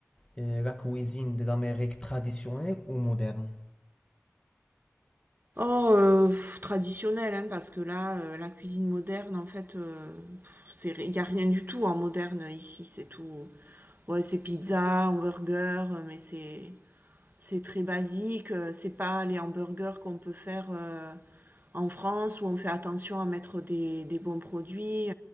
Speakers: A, on the left; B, on the right.
A: euh, la cuisine de l'Amérique traditionnelle ou moderne?
B: Oh, euh, pff, traditionnel, hein, parce que là, euh, la cuisine moderne, en fait, il n'y a rien du tout en moderne ici. C'est tout. Ouais, c'est pizza, hamburger, euh, mais c'est c'est très basique. euh, C'est pas les hamburgers qu'on peut faire euh, en France où on fait attention à mettre des, des bons produits.